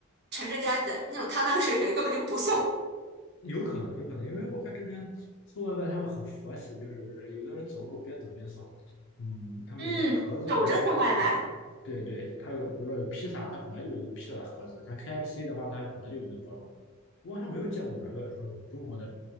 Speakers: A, on the right; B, on the left.
A: 全是干的，那种汤汤水水根本就不送，
B: 有可能，有可能，因为我看这边送外卖他们很佛系，就是有的人走路边走边送。嗯，他们的盒子好像一般都是，
A: 嗯，走着送外卖，
B: 对对，它有，比如说有披萨，它本来就有那个披萨的盒子，像 KFC 的话，它本来就有那个包装。我好像没有见过哪个说有中国那种